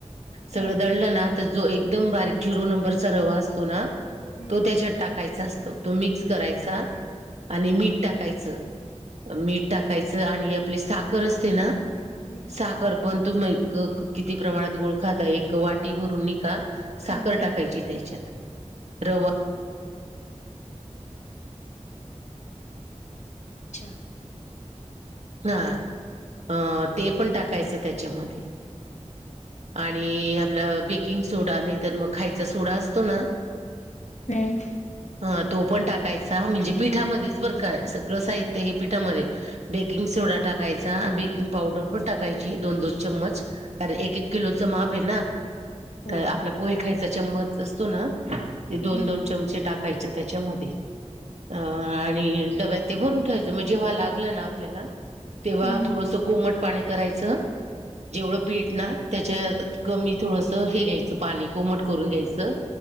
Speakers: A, on the right; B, on the left.
A: सगळ
B: हा
A: दडलं ना जो एकदम बारीक झरो नंबरचा रवा असतो ना
B: हम्म
A: तो त्याच्यात टाकायचा असतो तो मिक्स करायचा आणि मीठ टाकायचं. मीठ टाकायचं आणि आपली साखर असते ना.
B: हम्म
A: साखर पण तुम्ही किती प्रमाणात गोळ खाता एक वाटी भरून नि काा? साखर
B: हम्म
A: टाकायची
B: हम्म.
A: त्याच्यात रवा
B: अच्छा.
A: हा ते पण टाकायचं त्याच्यामध्ये आणि आपला बेकिंग सोडा नाहीतर मग खायचा सोडा असतो ना. <unintelligible>
B: हम्म.
A: हा तो पण टाकायचा म्हणजे पिठामध्येच बरं काय सगळं साहित्य हे पिठामध्ये बेकिंग सोडा टाकायचा बेकिंग पावडर पण टाकायची दोन दोन चममच. कारण एक एक किलोचं माप आहे ना.
B: हो.
A: तर आपला पोहे खायचा चममच असतो ना ते
B: हम्म
A: दोन दोन च टाकायच त्याच्यामध्ये आणि डब्यात भरून ठे. जेव्हा लागलं ना आपल्याला तेव्हा
B: हम्म
A: थोडस कोमट पाणी करायचं. जेवढं पीठ ना त्याच्या कमी थोडसं हे घ्यायचं पाणी कोमट करून घ्यायचं.